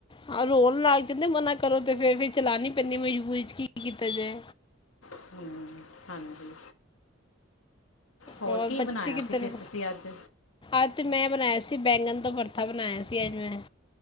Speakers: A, on the left (about 25°); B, on the left (about 80°).
A: ਆ ਰੋਨ ਲਗ ਜਾਂਦੇ ਆ ਮਨਾ ਕਰੋ ਤੇ ਫੇਰ-ਫੇਰ ਚਲਾਨੀ ਪੈਂਦੀ ਐ ਮਜਬੂਰੀ ਚ ਕੀ ਕੀਤਾ ਜਏ।
B: ਹੂੰ, ਹਾਂਜੀ। ਹੋਰ
A: ਔਰ
B: ਕੀ
A: ਬੱਚੇ
B: ਬਨਾਏਆ
A: ਕਿੱਧਰ
B: ਸੀ ਫੇਰ ਤੁਸੀ ਅੱਜ।
A: ਅੱਜ ਤੇ ਮੈਂ ਬਨਾਏਆ ਸੀ ਬੈਂਗਣ ਦਾ ਭਰਥਾ ਬਨਾਏਆ ਸੀ ਅੱਜ ਮੈਂ।